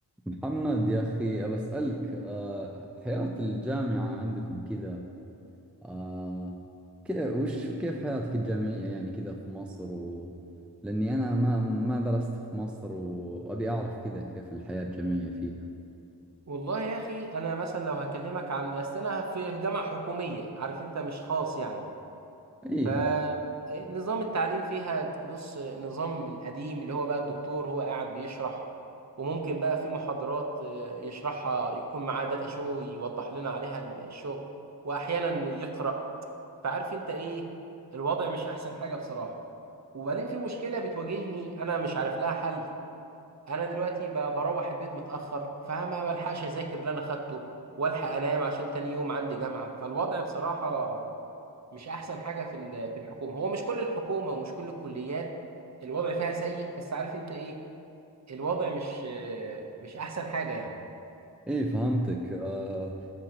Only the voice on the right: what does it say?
والله يا اخي انا مثلا لو هكلمك عن اصل انا في جامعه حكوميه عارف انت مش خاص يعني
ف نظام التعليم فيها بص نظام القديم اللي هو بقى الدكتور هو قاعد بيشرح وممكن بقى في محاضرات آه، يشرحها يكون معاه داتا شو يوضح لنا عليها الشغل واحيانا يقرأ فعارف انت ايه الوضع مش احسن حاجه بصراحه وبعدين في مشكله بتواجهني انا مش عارف لها حل انا دلوقتي ب- بروح البيت متاخر فما بلحقش اذاكر اللي انا خدته والحق انام عشان تاني يوم عندي جامعه فالوضع بصراحه مش احسن حاجه في ال- في الحكومه هو مش كل الحكومه ومش كل الكليات الوضع فيها سيء بس عارف انت ايه الوضع مش مش احسن حاجه يعني